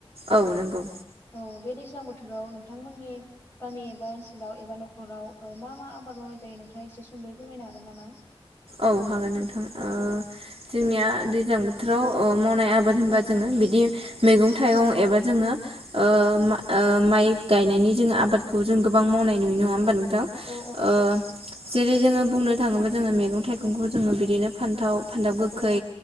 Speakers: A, on the right; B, on the left.
A: औ नंगौ।
B: औ बे दैज्लां बोथोराव नोंथांमोननि गामि एबा ओनसोलाव एबा न'खराव मा मा आबाद मावनाय जायो नोंथाङा एसे सुंदयै फोरमायनो हागोन नामा?
A: औ हागोन नोंथां जोंनिया दैज्लां बो बोथोराव मावनाय आबाद होनबा
B: औ
A: जोङो बिदि मैगं थाइगं एबा जोङो ओ मा- ओ माइ गायनायनि जोङो आबादखौ जों गोबां मावनाय नुनाय नङा होमबा नोंथां? ओ
B: औ
A: जेरै जोङो बुंनो थाङोब्ला जोङो मैगं थाइगंखौ जोङो बिदिनो फान्थाव फानथाव गोखै
B: औ